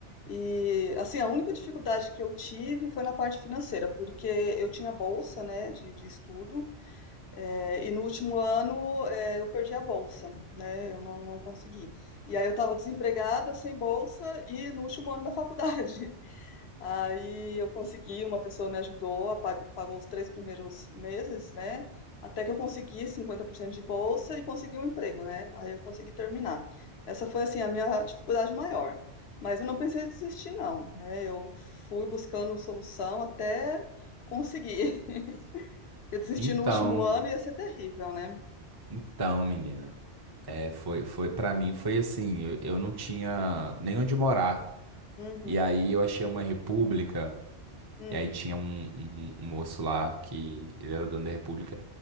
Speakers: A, on the left; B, on the right.
A: E, assim, a única dificuldade que eu tive foi na parte financeira, porque eu tinha bolsa, né, de, de estudo, É, e no último ano, é, eu perdi a bolsa, né? Eu não, não consegui. E aí eu estava desempregada, sem bolsa, e no último ano da faculdade. <laughs> Aí eu consegui, uma pessoa me ajudou, apag- pagou os três primeiros meses, né? Até que eu consegui 50% de bolsa e consegui um emprego, né? Aí eu consegui terminar. Essa foi, assim, a minha dificuldade maior. Mas eu não pensei em desistir, não, né? Eu fui buscando solução até conseguir. <laughs> Porque desistir
B: Então,
A: no último ano ia ser terrível, né?
B: então, menina, é, foi, foi, para mim foi assim, eu, eu não tinha nem onde morar.
A: Uhum.
B: E aí eu achei uma república,
A: Hum.
B: e aí tinha um, um, um moço lá que ele era dono da república.